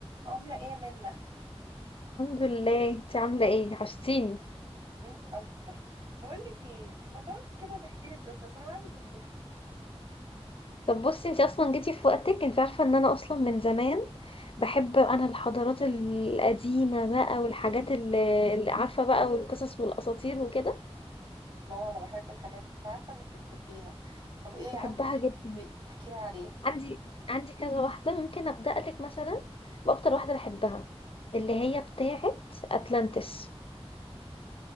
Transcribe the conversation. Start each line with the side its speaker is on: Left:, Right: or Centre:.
Right: عاملة ايه منا
Left: الحمد لله انت عامله ايه وحشتيني
Right: انت اكتر بقولك ايه ما تقعدي كده تحكي لي قصص انا قاعدة زهقانة
Left: طب بصي انت اصلا جيتي في وقتك انت عارفه ان انا اصلا من زمان بحب انا الحضارات القديمه بقى والحاجات اللي اللي عارفه بقى والقصص والاساطير وكده
Right: ما هو انا بحب الحاجات دي انا عارفة انك بتحبيها طب ايه
Left: بحبها
Right: عندك ايه
Left: جدا
Right: تحكي تحكي لي عليه
Left: عندي عندي كذا واحده ممكن ابدا لك مثلا باكتر واحده بحبها اللي هي بتاعه اتلانتس